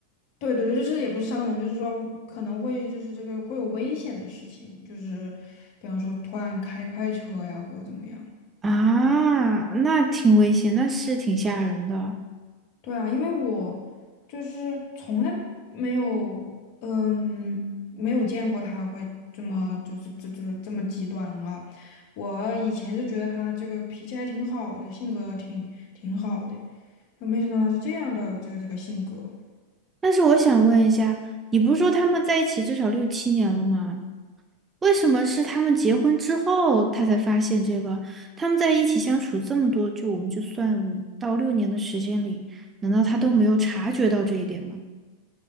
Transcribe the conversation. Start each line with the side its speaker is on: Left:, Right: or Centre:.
Left: 对对对，就是也不是伤人，就是说可能会就是这个会有危险的事情，就是比方说突然开快车呀，或者怎么样。
Right: 啊，那挺危险，那是挺吓人的。
Left: 对啊，因为我就是从来没有，嗯，没有见过他会这么，就是这这这么极端啊。我以前就觉得他这个脾气还挺好的，性格挺挺好的，就没想到他是这样的这个这个性格。
Right: 但是我想问一下，你不是说他们在一起至少六七年了吗？为什么是他们结婚之后他才发现这个？他们在一起相处这么多，就我们就算五到六年的时间里，难道他都没有察觉到这一点吗？